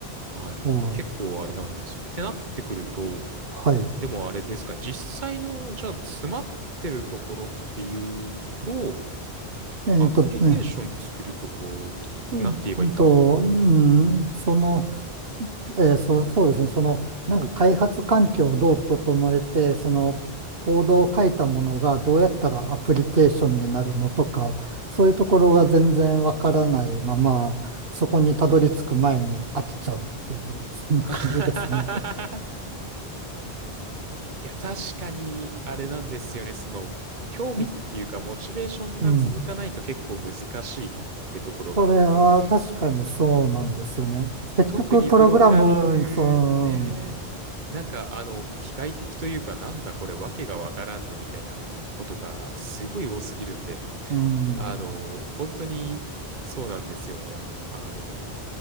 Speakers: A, on the right (about 50°); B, on the right (about 65°).
A: はい。
B: はい。
A: 結構あれなんですよ。ってなってくると、
B: はい。
A: でもあれですか、実際の、じゃあ、詰まってるところっていうと、
B: えっとね。
A: アプリケーション作るところと、
B: うんうんと、
A: なんて言えばいいんだ
B: うん、その、えーそう、そうですね。その、なんか開発環境をどう整えて、その、コードを書いたものがどうやったらアプリケーションになるのとか、そういうところが全然わからないまま、そこにたどり着く前に飽きちゃうっていう、そんな感じですね。
A: <laughs> いや、確かに、あれなんですよね。その、興味っていうか、
B: <laughs>
A: モチベーションが続かないと結構難しいってところがあって、
B: うん。それは確かにそうなんですよね。結局、
A: 特にプログラミング、
B: プログラム、その、
A: ね、なんか、あの、機械的というか、なんだこれ、わけがわからんぞ、みたいなことがすごい多すぎるんで、
B: うん。
A: あの、本当に、そうなんですよね。あの、